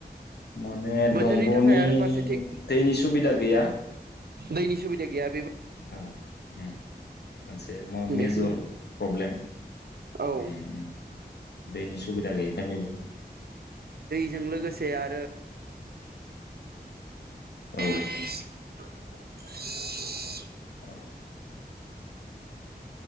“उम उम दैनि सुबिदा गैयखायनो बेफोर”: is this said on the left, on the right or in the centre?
Left